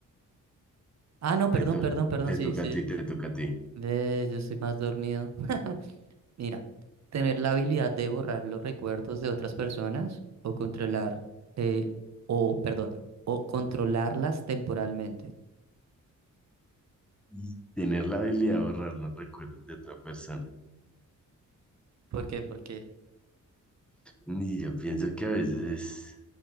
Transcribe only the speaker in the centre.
me to-
te
toca
a ti, te toca a ti.
Y Tener la habilidad de borrar los recuerdos de otra persona.
Y yo pienso que a veces,